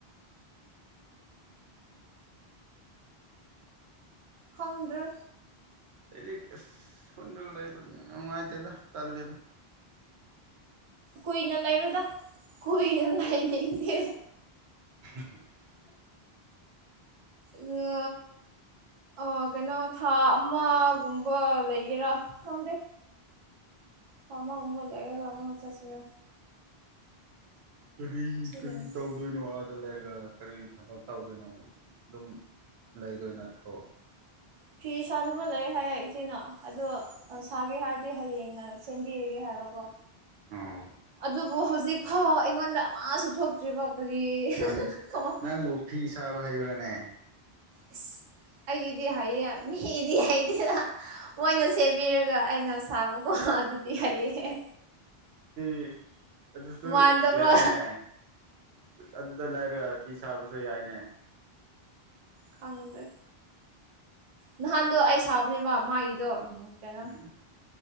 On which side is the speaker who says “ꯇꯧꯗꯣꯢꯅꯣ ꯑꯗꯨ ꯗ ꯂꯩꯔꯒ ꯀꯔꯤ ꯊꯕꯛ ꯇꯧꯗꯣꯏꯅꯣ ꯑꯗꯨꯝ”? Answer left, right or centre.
Right